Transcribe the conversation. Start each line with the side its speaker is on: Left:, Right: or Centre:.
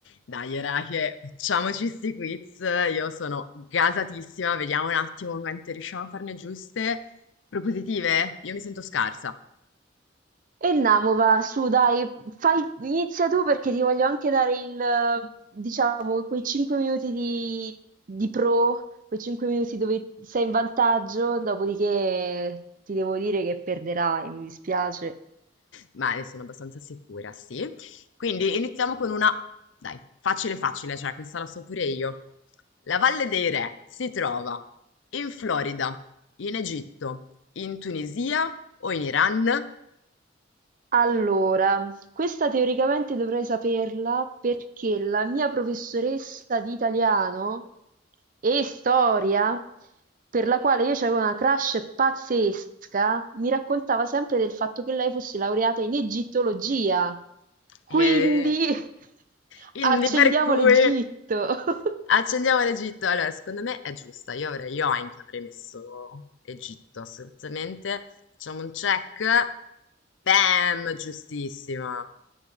Left: Dai, era che facciamoci sti quiz. Io sono gasatissima. Vediamo un attimo quante riusciamo a farne giuste. Propositive? Io mi sento scarsa,
Right: E Namova, su dai, fai, inizia tu perché ti voglio anche dare il, eh, diciamo, quei 5 minuti di, di pro, quei 5 minuti dove sei in vantaggio, dopodiché ti devo dire che perderai, mi dispiace.
Left: ma ne sono abbastanza sicura, sì. Quindi iniziamo con una, dai, facile facile, cioè questa la so pure io. La Valle dei Re si trova in Florida, in Egitto, in Tunisia o in Iran?
Right: Allora, questa teoricamente dovrei saperla perché la mia professoressa di italiano e storia, per la quale io avevo una crush pazzesca, mi raccontava sempre del fatto che lei fosse laureata in egittologia. Quindi
Left: E
Right: <laughs>
Left: quindi
Right: accendiamo
Left: per cui
Right: l'Egitto. <laughs>
Left: accendiamo l'Egitto. Allora, secondo me è giusta. Io avrei, io anche avrei messo Egitto, assolutamente. Facciamo un check. Bam, giustissima.